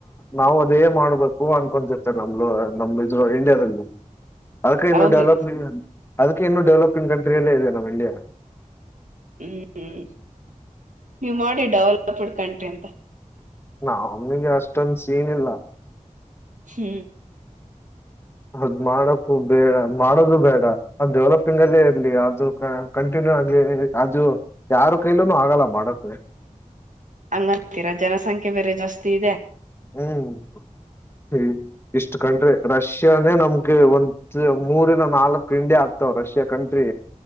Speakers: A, on the left; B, on the right.
A: ನಾವ್ ಅದೇ ಮಾಡ್ಬೇಕು ಅನ್ಕೊಂತತ್ತ ನಮ್ ನಮ್ ಇದ್ರ ಇಂಡಿಯಾದಲ್ಲಿ ಅದಕ್ಕೆ ಇನ್ನೂ
B: ಹೌದು
A: ಡೆವಲಪ್ ಅದಕ್ಕೆ ಇನ್ನುೂ ಡೆವಲಪಿಂಗ್ ಕಂಟ್ರಿಯಲ್ಲೇ ಇದೆ ನಮ್ಮ್ ಇಂಡಿಯಾ
B: ಹ್ಮ್ ಹ್ಮ್ ನೀವ್ ಮಾಡಿ ಡೆವಲಪ್ಡ್ ಕಂಟ್ರಿ ಅಂತ
A: ನ ಅವಮನಿಗೆ ಅಷ್ಟೊಂದ ಸೀನ್ ಇಲ್ಲ
B: ಹ್ಮ್
A: ಅದ್ ಮಾಡಕು ಬೇಡ ಮಾಡೋದು ಬೇಡ ಅದು ಡೆವಲಪಿಂಗ್ ಅಲ್ಲೇ ಇರ್ಲಿ ಅದು ಕಂಟಿನ್ಯೂ ಆಗ್ಲಿ ಅದು ಯಾರ ಕೈಲೂನು ಆಗಲ್ಲ ಮಾಡಕ್
B: ಹಂಗತೀರಾ ಜನಸಂಖ್ಯೆ ಬೇರೆ ಜಾಸ್ತಿ ಇದೆ
A: ಹ್ಮ್ ಹ ಇಷ್ಟು ಕಂಡ್ರೆ ರಶ ರಷ್ಯಾನೇ ನಮ್ಗೆ ಒ ಮೂರಿನ ನಾಲ್ಕ್ ಇಂಡಿಯ ಆಗ್ತಾವ ರಷ್ಯಾ ಕಂಟ್ರಿ